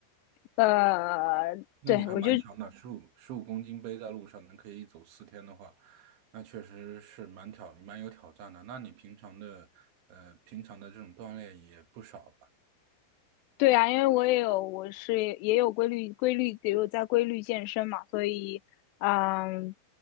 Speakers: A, on the left (about 80°); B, on the right (about 75°).
A: 呃，
B: 那你还蛮强的，
A: 对，我就
B: 十五十五公斤背在路上能可以走四天的话，那确实是蛮挑蛮有挑战的。那你平常的呃平常的这种锻炼也不少吧？
A: 对啊，因为我也有，我是也有规律，规律也有在规律健身嘛，所以，嗯，